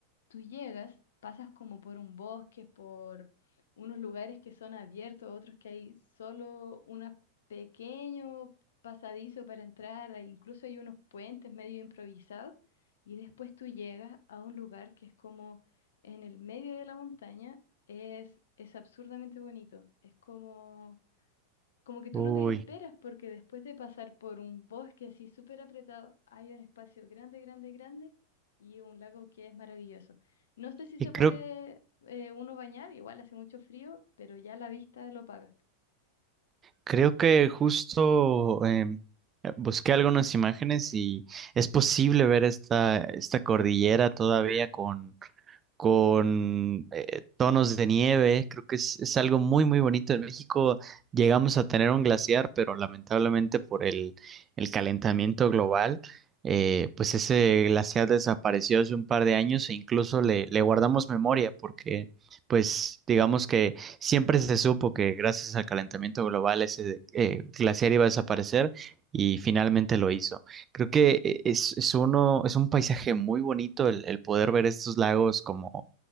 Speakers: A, on the left; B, on the right.
A: tú llegas, pasas como por un bosque, por unos lugares que son abiertos, otros que hay solo un pequeño pasadizo para entrar, hay- incluso hay unos puentes medio improvisados, y después tú llegas a un lugar que es como en el medio de la montaña, es, es absurdamente bonito, es como como que tú
B: Uy,
A: no te lo esperas porque después de pasar por un bosque así súper apretado, hay un espacio grande, grande, grande y un lago que es maravilloso. No sé si
B: y
A: se
B: creo,
A: puede eh, uno bañar, igual hace mucho frío, pero ya la vista lo paga.
B: Creo que justo em, busqué algunas imágenes y es posible ver esta, esta cordillera todavía con, con eh, tonos de nieve. Creo que es, es algo muy, muy bonito. En México llegamos a tener un glaciar, pero lamentablemente por el, el calentamiento global, eh, pues ese glaciar desapareció hace un par de años e incluso le, le guardamos memoria porque, pues, digamos que siempre se supo que gracias al calentamiento global ese eh, glaciar iba a desaparecer y finalmente lo hizo. Creo que eh, es, es uno, es un paisaje muy bonito el, el poder ver estos lagos como